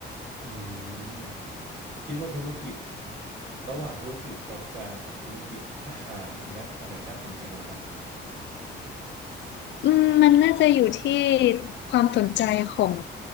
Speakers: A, on the right; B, on the left.
A: อืมคิดว่าธุรกิจระหว่างธุรกิจกาแฟกับธุรกิจอาหารอันเนี้ยอันไหนน่าสนใจกว่ากัน
B: อืมมันน่าจะอยู่ที่ความสนใจของ